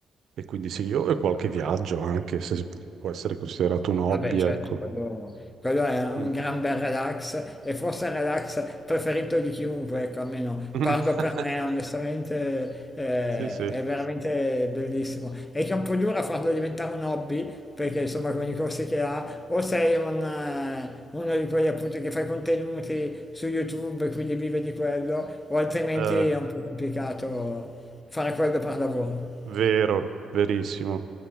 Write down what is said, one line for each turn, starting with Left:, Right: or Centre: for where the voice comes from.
Right: e quindi sì, io e qualche viaggio anche, se può essere considerato un hobby,
Left: Vabbè, certo,
Right: ecco.
Left: quello, quello è un
Right: Mm.
Left: gran bel relax e forse il relax preferito di chiunque, ecco, almeno
Right: <laughs>
Left: parlo per me, onestamente eh,
Right: Sì, sì,
Left: è veramente bellissimo. È che è un po' dura farlo diventare un hobby, perché insomma con i corsi che ha, o sei un, eh, uno di quelli appunto che fa i contenuti su YouTube e quindi vive di quello, o altrimenti
Right: Eh,
Left: è un po' complicato fare quello per lavoro.
Right: vero, verissimo.